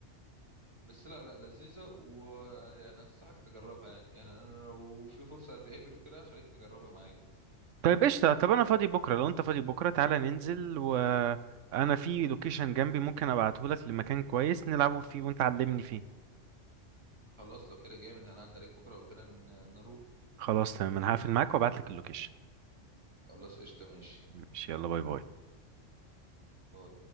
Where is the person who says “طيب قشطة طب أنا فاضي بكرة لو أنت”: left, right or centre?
Right